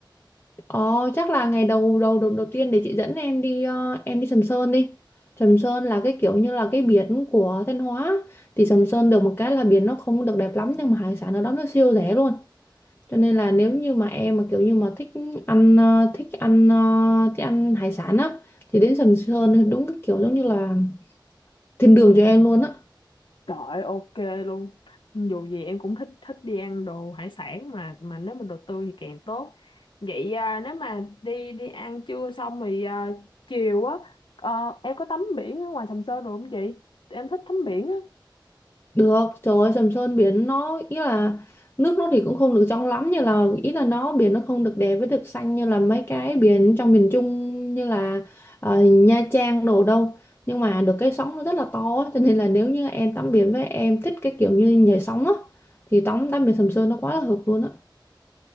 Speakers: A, on the left (about 25°); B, on the left (about 90°).
A: Ờ, chắc là ngày đầu đầu đầu, đầu tiên để chị dẫn em đi ờ, em đi Sầm Sơn đi. Sầm Sơn là cái kiểu như là cái biển của Thanh Hóa thì Sầm Sơn được một cái là biển nó không được đẹp lắm nhưng mà hải sản ở đó nó siêu rẻ luôn. Cho nên là nếu như mà em mà kiểu như mà thích ăn ờ, thích ăn ờ, thích ăn hải sản á thì đến Sầm Sơn thì đúng cái kiểu giống như là thiên đường cho em luôn á.
B: Trời ơi, ok luôn. Dù gì em cũng thích thích đi ăn đồ hải sản mà mà nếu mà đồ tươi thì càng tốt. Vậy à, nếu mà đi đi ăn trưa xong thì à, chiều á ờ, em có tắm biển ở ngoài Sầm Sơn được không chị? Em thích tắm biển á.
A: Được, trời ơi, Sầm Sơn biển nó ý là nước nó thì cũng không được trong lắm như là ý là nó biển nó không được đẹp với được xanh như là mấy cái biển trong miền Trung như là ờ, Nha Trang đồ đâu. Nhưng mà được cái sóng nó rất là to á, cho nên là nếu như em tắm biển với em thích cái kiểu như nhảy sóng á thì tắm tắm biển Sầm Sơn nó quá là hợp luôn á.